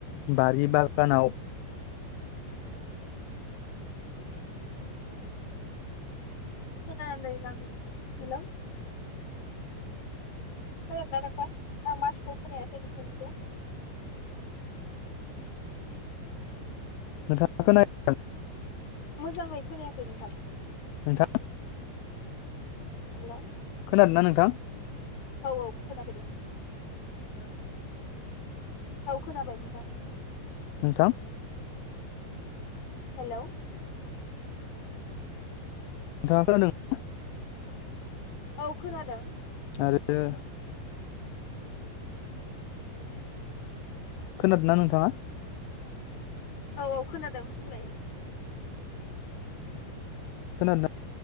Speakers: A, on the left (about 85°); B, on the left (about 45°).
A: बारि बागानाव
B: खोनायाखैदां हेल खोनादोना नोंथां आं माथोखौ खोनायासै नोंथांनिखौ।
A: <unintelligible>
B: मोजाङै खोनायाखै नोंथां।
A: नोंथां
B: हेलौ
A: खोनादो ना नोंथां?
B: औ औ खोनाबाय दे। औ खोनाबाय नोंथां।
A: नोंथां
B: हेलौ।
A: नोंथांआ खोनादों <unintelligible>
B: औ खोनादों।
A: आरो खोनादोना नोंथाङा?
B: औ औ खोनादों बुंलाय।
A: खोनादोना